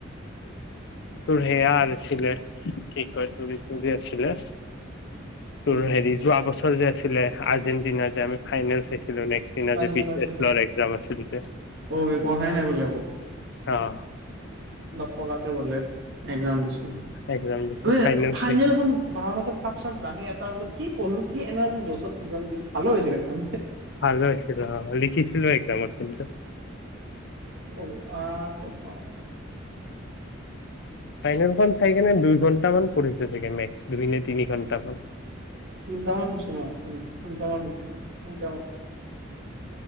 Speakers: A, on the left; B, on the right.
A: তোৰ সেয়া আছিলে কি কয় তুৰি তুৰি আছিলে।
B: কোনটো
A: তোৰ হেৰি যোৱা বছৰ যে আছিল ছিলে আৰ্জেণ্টিনাৰ যে ফাইনেল চাই <unintelligible>
B: ফাইনেল খেলিছিলে।
A: আছিল যে
B: অ পঢ়াই নাই বোলে
A: অ'।
B: ন' পলছে ব'লে। দি
A: এক্সাম দিছো ফাইনেল
B: ফনেল
A: চাই
B: চ চাঙি এটা কি পঢ়লো কি এনা যি ভালো হৈ হৈছে একদম।
A: ভাল আছিল লিখিছিলো একজামত। কিন্তু
B: অ', অহ, কচ
A: ফাইনেল খন চাই কিনে দুই ঘন্টা মান পৰি থাগে মে দুভিনে তিনি ঘণ্টামান
B: তিনিটামত ছো তিনিটামানছ নি মছ